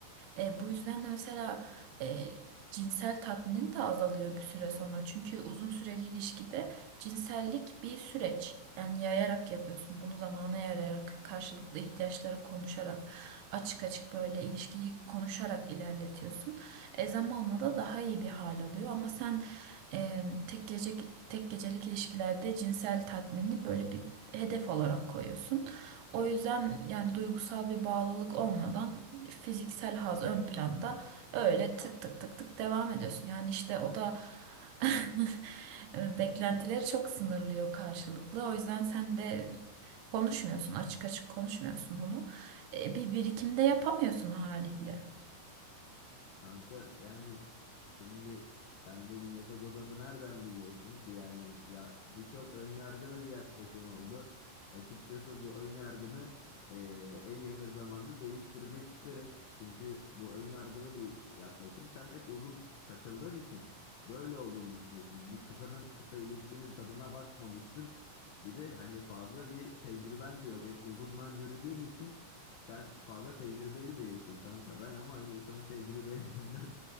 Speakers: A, on the right; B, on the left.
A: E, bu yüzden de mesela e, cinsel tatminin de azalıyor bir süre sonra. Çünkü uzun süreli ilişkide cinsellik bir süreç. Yani yayarak yapıyorsun. Bunu zamana yayarak, karşılıklı ihtiyaçları konuşarak, açık açık böyle ilişkiyi konuşarak ilerletiyorsun. E, zamanla da daha iyi bir hal alıyor. Ama sen e, tek gece tek gecelik ilişkilerde cinsel tatminini böyle bir hedef olarak koyuyorsun. O yüzden yani duygusal bir bağlılık olmadan fiziksel haz ön planda öyle tık tık tık tık devam ediyorsun. Yani işte o da <laughs> beklentileri çok sınırlıyor karşılıklı. O yüzden sen de konuşmuyorsun, açık açık konuşmuyorsun bunu. E, bir birikimde yapamıyorsun haliyle.
B: Kanka yani e, şimdi sen benim yatak odamı nereden biliyorsun ki yani ya bu çok ön yargılı bir yaklaşım oldu. Açıkçası bu ön yargını e, en yakın zamanda değiştirmek isterim. Çünkü bu ön yargılı bir yaklaşım. Sen hep uzun takıldığın için böyle olduğunu düşünüyorsun. Bir kısanın kısa ilişkinin tadına bakmamışsın. Bir de hani fazla bir tecrüben de yok. Hep uzundan yürüdüğün için sen fazla tecrübeli değilsin kanka. Ben ama hani sana tecrübelerimden